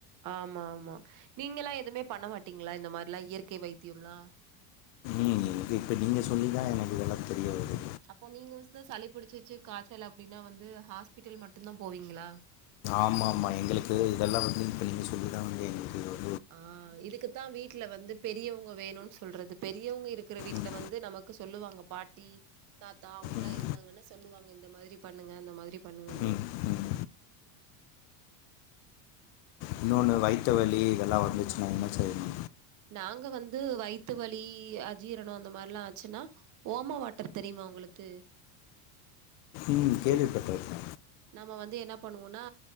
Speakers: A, on the right; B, on the left.
A: ஆமா ஆமா நீங்கலா எதுமே பண்ண மாட்டீங்ளா இந்த மாரிலா இயற்கை வைத்தியம்லா
B: ம் இது இப்ப நீங்க சொல்லி தா எனக்கு இதலா தெரிய வருது
A: அப்போ நீங்க <unintelligible> சளி பிடிச்சுச்சு காய்ச்சல் அப்டின்னா வந்து ஹாஸ்பிட்டல் மட்டுந்தா போவீங்களா
B: ஆமா ஆமா எங்களுக்கு இதெல்லா வந்து இப்போ நீங்க சொல்லி தா வந்து எங்குளுக்கு
A: ஆ இதுக்குத்தா வீட்ல வந்து பெரியவங்க வேணுன் சொல்றது பெரியவங்க இருக்குற வீட்ல
B: ம்
A: வந்து நமக்கு சொல்லுவாங்க பாட்டி தாத்தா அவுங்கலா
B: ம்
A: இருந்தாங்கன்னா சொல்லுவாங்க இந்த மாரி பண்ணுங்க அந்த மாரி பண்ணுங்கன்னு
B: ம் ம் இன்னொன்னு வைத்த வலி இதெல்லா வந்துச்சுனா என்ன செய்ணு
A: நாங்க வந்து வைத்து வலி அஜீரனோ அந்த மாரிலா ஆச்சுன்னா ஓம வாட்டர் தெரியுமா உங்குளுக்கு
B: ம் கேள்விப்பட்ருக்கே
A: நாம வந்து என்ன பண்ணுவோனா